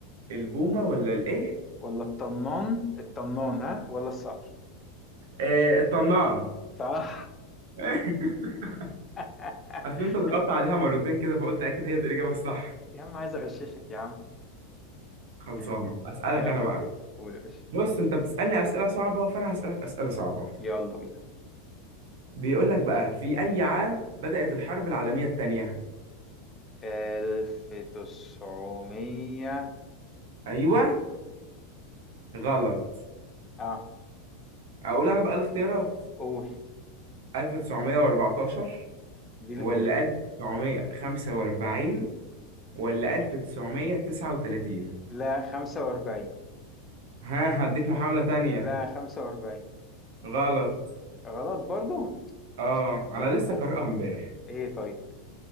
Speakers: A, on the right; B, on the left.
A: البومه ولا الايه
B: ولا الطنان الطنان ها ولا الصقر
A: آه، الطنان
B: صح
A: <laughs>
B: <laughs>
A: اصل انت ضغطت عليها مرتين كده فقلت اكيد هي دي الاجابه الصح
B: يا عم عايز اغششك يا عم
A: خلصانه
B: <laughs>
A: اسالك
B: يلا
A: انا بقى
B: قول يا باشا
A: بص انت بتسالني اسئله صعبه فانا هسالك اسئله صعبه
B: يلا بينا
A: بيقول لك بقى في اي عام بدات الحرب العالميه الثانيه
B: 1924
A: ايوه غلط
B: اه
A: اقول انا بقى الاختيارات
B: قول
A: 1914
B: دي الأولى
A: ولا 1945 ولا 1939
B: لا 45
A: ها هديك محاولة تانية
B: لا 45
A: غلط
B: غلط برضو
A: اه
B: صعب بقى
A: انا لسه
B: ده.
A: قارئها امبارح
B: ايه طيب